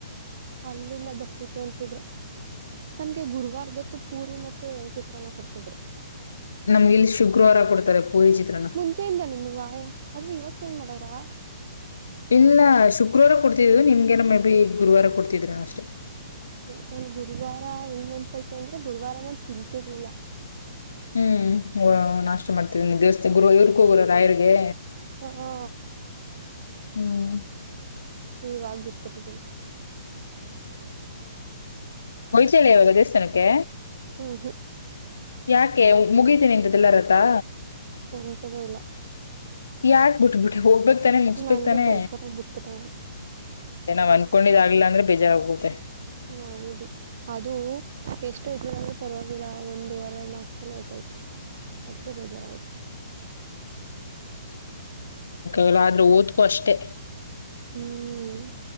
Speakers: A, on the right; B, on the left.
A: ಅಲ್ಲಿಂದ ಬರ್ತಿತ್ತು ಅಂತಿದ್ರು ನಮ್ಗೆ ಗುರುವಾರದೊತ್ತು ಪೂರಿ ಮತ್ತೆ ಚಿತ್ರಾನ್ನ ಕೊಡ್ತಿದ್ರು
B: ನಮ್ಗೆ ಇಲ್ಲಿ ಶುಕ್ರವಾರ ಕೊಡ್ತಾರೆ ಪೂರಿ ಚಿತ್ರನ
A: ಮುಂಚೆಯಿಂದನೂವ ಅದು ಇವಾಗ ಚೇಂಜ್ ಏನ್ ಮಾಡೋರಾ
B: ಇಲ್ಲ ಶುಕ್ರವಾರ ಕೊಡ್ತಿದ್ದುದು ನಿಮ್ಗೆನ ಮೇ ಬಿ ಗುರುವಾರ ಕೊಡ್ತಿದ್ರ ಅಷ್ಟೇ
A: ನಾನನ್ ಗುರುವಾರ ಹೆಂಗ್ ನೆನಪೈತೆ ಅಂದ್ರೆ ಗುರುವಾರ ನಾನು ತಿನತಿರ್ಲಿಲ್ಲ
B: ಹ್ಮ್ ನಾಷ್ಟ ಮಾಡ್ತಿದ ದೇವಸ್ಥಾನ ಗುರು ಇವ್ರಗ ಹೋಗರ ರಾಯರ್ಗೆ
A: ಹ ಹಾ
B: ಹ್ಮ್
A: ಇವಾಗ ಬಿಟ್ಬಟ್ಟಿದ್ದೀನಿ
B: <unintelligible> ಇವಾಗ ದೇಸ್ಥಾನಕ್ಕೆ
A: ಹ್ಮ್ ಹ್ಮ್
B: ಯಾಕೆ ಮುಗಿತೀನಿ ಇಂತ್ದಲ್ಲಾರ ವ್ರತ್ತಾ
A: ಎಂತದೂ ಇಲ್ಲ
B: ಯಾಕರ್ಬುಟ್ಬ ಬಿಟ್ಟ ಹೋಗ್ಬೇಕು ಮುಗಸ್ಬೇಕಕ್
A: ನನ್ಗೆ
B: ತಾನೆ
A: ಬೇಜಾರಾಗಿ ಬಿಟ್ಬಿಟ್ಟೆ
B: ನಾವ್ ಅನ್ಕೊಂಡಿದ್ ಆಗ್ತಿಲ್ಲ ಅಂದ್ರೆ ಬೆಜಾರ ಆಗುತ್ತೆ
A: ಹ ಹೌದು ಅದು ಎಷ್ಟು ಇದ್ರ ಪರವಾಗಿಲ್ಲ ಒಂದೂವರೆ ಮಾರ್ಕ್ಸಲ್ಲಿ ಹೊರಟ್ ಹೋಯ್ತು ಅದಕ್ಕೆ ಬೇಜಾರಾಗೋತು
B: ಲ್ಲ ಆದ್ರೂ ಓದ್ಕೋ ಅಷ್ಟೇ
A: ಹ್ಮ್